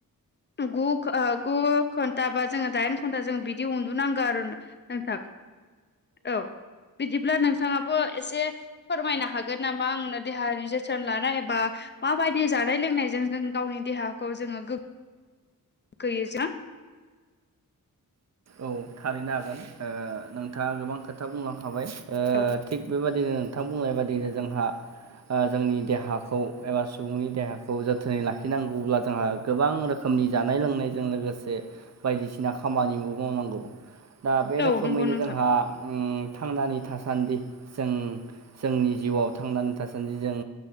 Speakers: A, on the left (about 30°); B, on the right (about 50°).
A: ग गु घन्टा बा जोंङो दाइन घन्टा जों बिदि उन्दुुनांगौ गार नोंथां औ बिदिब्ला नोंथांङाबो एसे फोरमायनो हागोन नामा आंनो देहानि जोथोन लानाय एबा माबायदि जानाय लोंनायजों जों गावनि देहाखौ जोंङो गो गैजो
B: औ थारैनो हागोन नोंथांङा गोबां खोथा बुंलांखाबाय
A: औ
B: थिग बेबायदिनो नोंथां बुंनाय बादियैनो जोंहा जोंनि देहाखौ एबा सुबुंनि देहाखौ जोथोनै लाखिनांगौब्ला जोंहा गोबां रोखोम नि जानाय लोंनायजों लोगोसे बायदिसिना खामानिबो मावनांगौ दा बे
A: औ
B: रोखोमैनो
A: नंगौ नोंथां
B: जोंहा थांनानै थासान्दि जों जोंनि जिउआव थांनानै थासान्दि जों